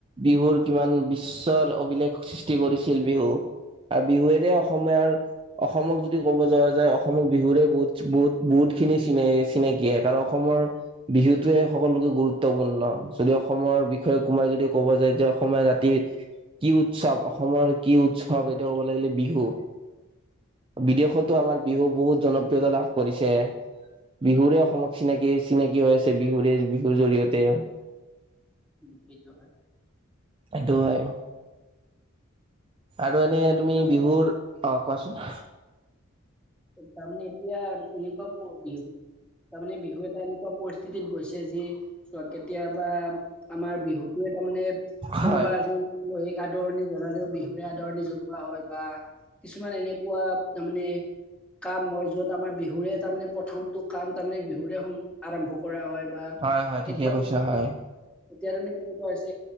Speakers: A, on the right (about 25°); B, in the centre.
A: বিহুৰ কিমান বিশ্বৰ অভিলেখ সৃষ্টি কৰিছিল বিহু। আৰু বিহুৱেৰে অসমীয়াৰ, অসমক যদি ক'ব যোৱা যায় অসমক বিহুৰে বহুত-বহুত বহুত খিনি চিনে চিনাকিয় কাৰ অসমৰ বিহুতোৱে সকলোকে গুৰুত্বপূৰ্ণ যদি অসমৰ বিষয়ে সোমাই যদি ক'ব যায় যে অসমীয়া জাতিৰ কি উৎসৱ? অসমৰ কি উৎসৱ এটো ক'ব লাগিলে বিহু। বিদেশতো
B: সেইটো হয়,
A: আমাৰ বিহু বহুত জনপ্ৰিয়তা লাভ কৰিছে। বিহুৰে অসমত চিনাকি চিনাকি হৈ আছে বিহুৰে বিহুৰ জৰিয়তে।
B: উম, সেইটো হয়।
A: সেইটোৱে। আৰু এনে তুমি
B: তাৰমানে
A: বিহুৰ অ', কোৱাচোন।
B: তাৰমানে এতিয়া এনেকুৱা <unintelligible> তাৰমানে বিহু এটা এনেকুৱা পৰিস্থিতিত গৈছে যি কেতিয়াবা আমাৰ বিহুটোৱে তাৰমানে
A: হয়
B: কোনোবা এজন আলহীক আদৰণি জনালেও বিহুৰে আদৰণি জনোৱা হয় বা কিছুমান এনেকুৱা তাৰ মানে কাম মই য'ত আমাৰ বিহুৰে তাৰমানে প্ৰথমটো কাম তাৰমানে বিহুৰে আৰম্ভ কৰা হয়। বা
A: হয় হয় ঠিকে
B: এতিয়া
A: কৈছা হয়
B: এতিয়া তেনে কেনেকে এনেকুৱা হৈছে,